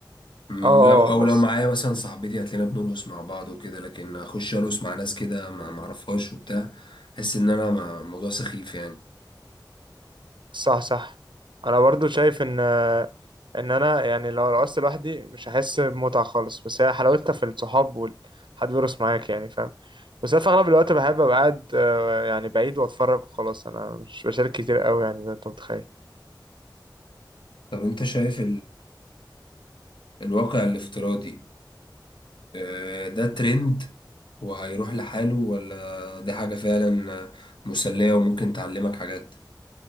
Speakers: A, on the left (about 75°); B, on the right (about 75°).
A: م،
B: اه اه
A: لو او
B: بس
A: لو معايا مثلا صاحبتي هتلاقينا بنرقص مع بعض وكده لكن اخش ارقص مع ناس كده ما ما اعرفهاش وبتاع احس ان انا ما- الموضوع سخيف يعني
B: صح صح انا برضو شايف ان ان انا يعني لو رقصت لوحدي مش هحس بمتعه خالص بس هي حلاوتها في الصحاب والحد بيرقص معاك يعني فاهم بس انا في اغلب الوقت بحب ابقى قاعد آه، يعني بعيد واتفرج وخلاص انا مش بشارك كتير قوي يعني زي ما انت متخيل
A: طب انت شايف الواقع الافتراضي آه، ده ترند وهيروح لحاله ولا دي حاجة فعلا آه، مسلية وممكن تعلمك حاجات